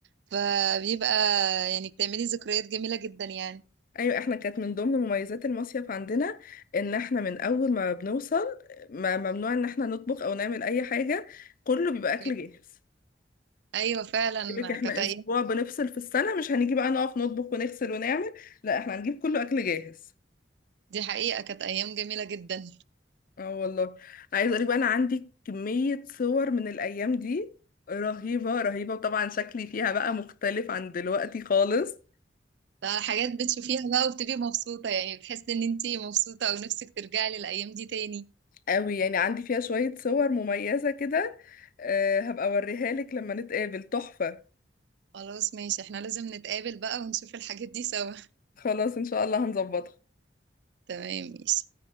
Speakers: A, on the right (about 70°); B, on the left (about 50°).
A: فبيبقى يعني بتعملي ذكريات جميلة جدا يعني
B: ايوه احنا كانت من ضمن مميزات المصيف عندنا ان احنا من اول ما بنوصل ما ممنوع ان احنا نطبخ او نعمل اي حاجة كله بيبقى اكل
A: ايوه
B: جاهز
A: أيوة فعلا
B: يقولك احنا
A: كانت ايام
B: اسبوع بنفصل في السنة مش هنيجي بقى نقف نطبخ ونغسل ونعمل لا احنا هنجيب كله اكل جاهز
A: دي حقيقة كانت ايام جميلة جدا
B: اه والله عايزه اقول لك بقى انا عندي كميه صور من الايام دي رهيبه رهيبه وطبعا شكلي فيها بقى مختلف عن دلوقتي خالص
A: ده حاجات بتشوفيها بقى وبتبقي مبسوطة يعني بتحسي ان انتي مبسوطة ونفسك ترجعي للأيام دي تاني
B: قوي يعني عندي فيها شويه صور مميزه كده أه هبقى اوريها لك لما نتقابل تحفه
A: خلاص ماشي احنا لازم نتقابل بقى ونشوف الحاجات دي سوا
B: خلاص ان شاء الله هنظبطها
A: <laughs> تمام ماشي